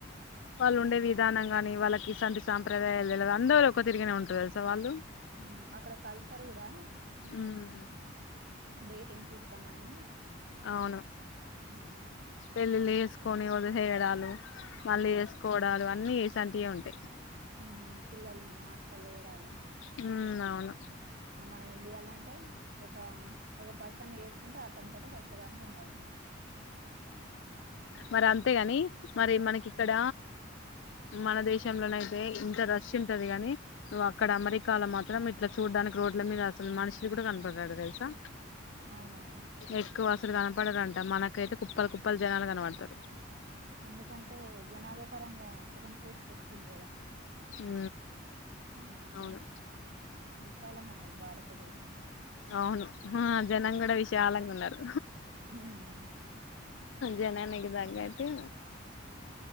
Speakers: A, on the left; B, on the right.
A: వాళ్ళుండే విద్ విధానం గాని వాళ్ళకిసొంటి సాంప్రదాయా తెల అందరూ ఒక తిరిగానే ఉంటరు తెలుసా వాళ్ళు
B: ఉమ్ అక్కడ కల్చర్ కూడా
A: ఉమ్
B: డేటింగ్స్ ఇష్టమని
A: అవును
B: ఊమ్
A: పెళ్ళిళ్ళు చేసుకొని వదిలేయడాలు మళ్ళీ చేసుకోడాలు అన్నీ ఇసొంటియే ఉంటాయి
B: మ్ పిల్లల్ని ఆస్టల్లో ఏయడాలు
A: ఉమ్ అవును
B: మన ఇండియాలన్ ఐతే ఒక ఒక పర్సన్నీ చేసుకుంటే అతన్తోటే సచ్చేదాంక ఉండాలి
A: మరి అంతేగాని మరి మనకి ఇక్కడ మన దేశంలోనైతే ఇంత రష్ ఉంటది గాని నువ్ అక్కడ అమెరికాలో మాత్రం ఇట్లా చూడానికి రో డ్ల మీద అసలు మనుషులు కూడా కనపడరాట తెలుసా
B: అవున
A: ఎక్కువ అసలు కనపడారంట మనకైతే కుప్పల కుప్పలు జనాలు కనపడుతారు
B: ఎందుకంటే జనాభా పరంగా సెకండ్ ప్లేస్కి ఓచ్చింది కదా
A: ఉ
B: ఉమ్,
A: అవును
B: విశాలమైనది భారతదేశం
A: అవును హా జనం కూడా విశాలంగా ఉన్నారు
B: ఉమ్,
A: జనానీకీ తగ్గట్టు